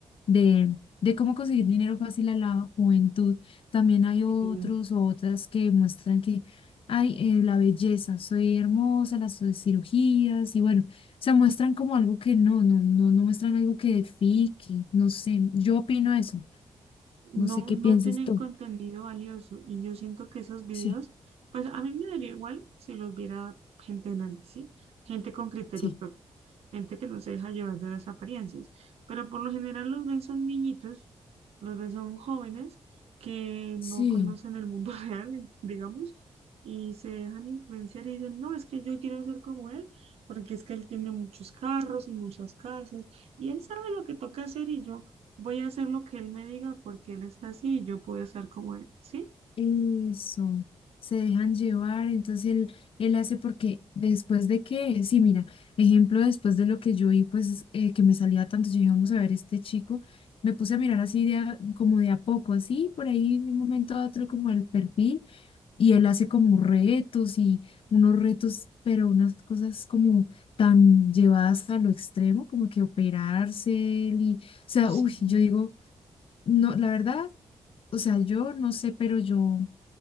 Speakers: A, on the left (about 65°); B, on the right (about 85°).
A: de, de cómo conseguir dinero fácil a la juventud. También hay
B: Sí.
A: otros o otras que muestran que, ay, eh, la belleza, soy hermosa, las cirugías y bueno sea, muestran como algo que no, no, no, no muestran algo que edifique, no sé, yo opino eso,
B: no,
A: no sé qué
B: no
A: piensas
B: tienen
A: tú.
B: contenido valioso y yo siento que esos videos,
A: Sí,
B: pues a mí me daría igual si los viera gente grande, ¿sí? Gente con criterio
A: sí.
B: propio, gente que no se deja llevar de las apariencias, pero por lo general los ven son niñitos, los ven son jóvenes que no
A: Sí,
B: conocen el mundo <laughs> real, digamos. Y se dejan influenciar y dicen, no, es que yo quiero ser como él, porque es que él tiene muchos carros y muchas casas, y él sabe lo que toca hacer y yo voy a hacer lo que él me diga porque él está así y yo puedo estar como él, ¿sí?
A: eso. Se dejan llevar, entonces él, él hace porque después de que, sí, mira, ejemplo, después de lo que yo vi, pues eh, que me salía tanto, yo dije, vamos a ver este chico, me puse a mirar así de a- como de a poco, así, por ahí en un momento a otro como el perfil, Y él hace como retos y unos retos, pero unas cosas como tan llevadas a lo extremo, como que operarse él y, o sea, uy,
B: Sí.
A: yo digo, no, la verdad, o sea, yo no sé, pero yo,